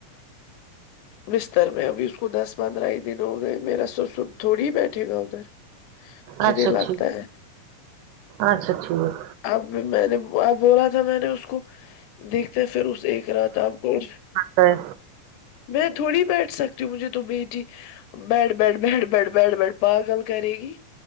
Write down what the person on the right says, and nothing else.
اچھا
ٹھیک
اچھا ٹھیک
تا ہے